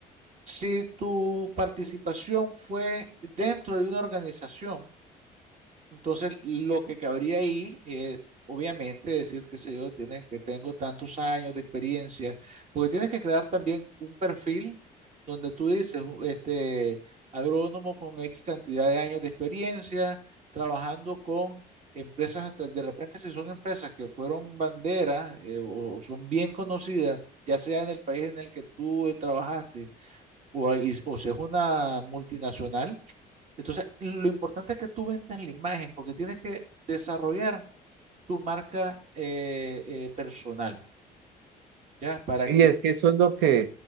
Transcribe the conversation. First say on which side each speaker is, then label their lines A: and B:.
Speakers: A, on the right (about 45°); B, on the right (about 85°).
A: Si tu participación fue dentro de una organización, entonces, lo que cabría ahí es, obviamente, decir, qué sé yo, tienes, que tengo tantos años de experiencia, porque tienes que crear también un perfil donde tú dices, u- este, agrónomo con X cantidad de años de experiencia, trabajando con empresas, hasta de repente si son empresas que fueron banderas eh, o son bien conocidas, ya sea en el país en el que tú eh, trabajaste, o, ahí- o si es una multinacional entonces, lo importante es que tú vendas la imagen porque tienes que desarrollar tu marca eh, eh, personal, ¿ya? Para
B: Y
A: que,
B: es que eso es lo que,